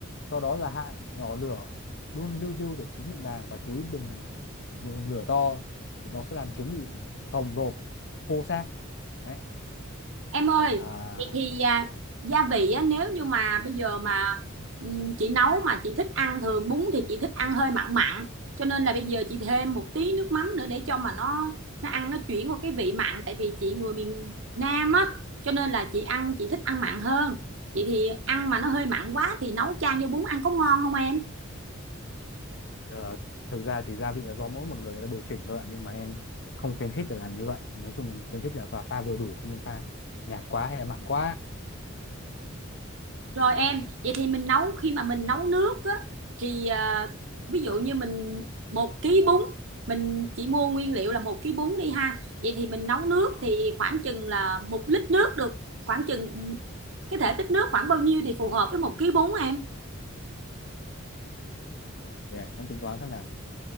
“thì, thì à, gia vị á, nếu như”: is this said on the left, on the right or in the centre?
Right